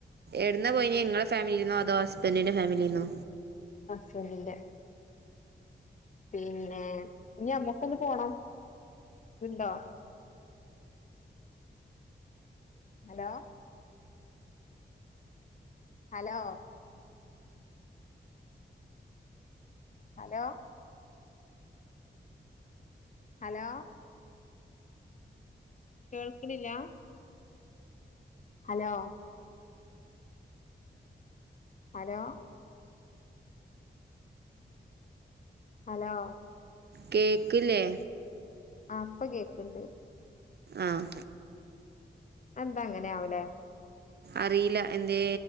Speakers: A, on the right (about 60°); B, on the left (about 40°).
A: എട്ന്നാ പോയിനെ ങ്ങളെ ഫാമിലിന്നോ അതോ ഹസ്ബൻറിന്റെ ഫാമിലിന്നോ
B: ഹസ്ബൻഡിന്റെ പിന്നെ ഇനി ഞമ്മക്കൊന്ന് പോണം ഇണ്ടോ ഹലോ ഹലോ ഹലോ ഹലോ കേൾക്കണില്ല ഹലോ ഹലോ ഹലോ
A: കേക്കില്ലേ
B: ആ ഇപ്പൊ കേക്കണ്ട്
A: ആഹ്
B: എന്താ അങ്ങനെയ ആാവലേ
A: അറിയില്ല എന്തേ